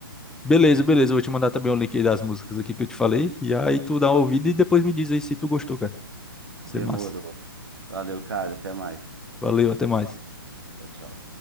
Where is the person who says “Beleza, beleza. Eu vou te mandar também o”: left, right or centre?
Centre